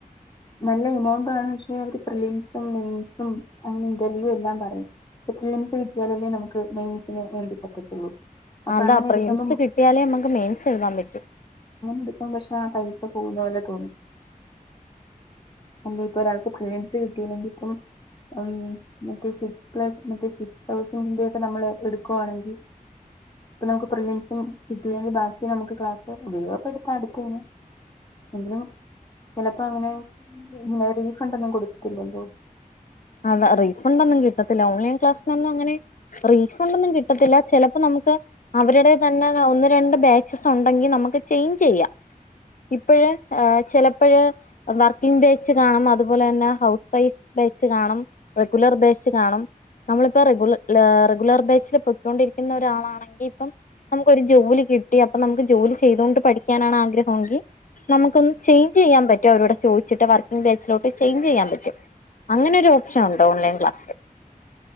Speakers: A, on the left; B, on the left.
A: നല്ല എമൗണ്ടും ആണ് പക്ഷെ അവര് പ്രിലിമ്സും മെയിൻസും അങ്ങനെ ഇന്റർവ്യൂ എല്ലാം പറയും <unintelligible> കിട്ടിയാലല്ലേ നമുക്ക് മെയിൻസിന് വേണ്ടി പറ്റത്തുള്ളൂ അപ്പൊ
B: അല്ല
A: അങ്ങനെ
B: പ്രിലിംസ്
A: എടുക്കുമ്പം
B: കിട്ടിയാലേ നമ്മക്ക് മെയിൻസ് എഴുതാൻ പറ്റൂ
A: ഇതിപ്പം പക്ഷെ ആ <unintelligible> പോകുന്ന പോലെ തോന്നി അല്ല ഇപ്പൊ ഒരാൾക്ക് പ്രിലിംസ് കാട്ടിയില്ലെങ്കിൽ ഇപ്പം ഉം മറ്റേ സിക് പ്ലസ് മറ്റേ സിക്സ് തൗസൻഡിന്റെ ഒക്കെ നമ്മള് എടുക്കുവാണെങ്കി ഇപ്പൊ നമുക്ക് പ്രിലിംസും കിട്ടീല്ലെങ്കിൽ ബാക്കി നമ്മക്ക് ക്ലാസ്സും ഉപയോഗപ്പെടുത്താം അടുത്തേന് എങ്കിലും ചെലപ്പോ അങ്ങനെ ഇങ്ങനെ റീഫണ്ട് ഒന്നും കൊടുക്കില്ലല്ലോ
B: അതാ റീഫണ്ട് ഒന്നും കിട്ടത്തില്ല ഓൺലൈൻ ക്ലാസ്സിനൊന്നും അങ്ങനെ റീഫണ്ട് ഒന്നും കിട്ടത്തില്ല ചെലപ്പോ നമ്മ ക്കെ അവരുടെ തന്നെ ഒന്ന് രണ്ട് ബാച്ചസ് ഒണ്ടെങ്കി നമ്മക്ക് ചേഞ്ച് ചെയ്യാം ഇപ്പഴ് ഏഹ് ചെലപ്പഴ് വർക്കിംഗ് ബേച്ച് കാണും അതുപോലെ തന്നെ ഹൗസ് വൈഫ് ബേ ച്ച് കാണും റെഗുലർ ബാച്ച് കാണും നമ്മളിപ്പോ റെഗുല ഏഹ് റെഗുലർ ബാച്ചിൽ പൊക്കോണ്ടിരിക്കുന്ന ഒരാളാണെങ്കി ഇപ്പം നമുക്കൊരു ജോലി കിട്ടി അപ്പൊ നമുക്ക് ജോലി ചെയ്തോണ്ട് പഠിക്കാനാണ് ആഗ്രഹമെങ്കി നമുക്കൊന്ന് ചേഞ്ച് ചെയ്യാൻ പറ്റും അവരോട് ചോദിചിട്ട് വർക്കിംഗ് ബാച്ചിലോട്ട് ചേഞ്ച് ചെയ്യാൻ പറ്റും അങ്ങനൊരു ഓപ്ഷൻ ഒണ്ട് ഓൺലൈൻ ക്ലാസ്സില്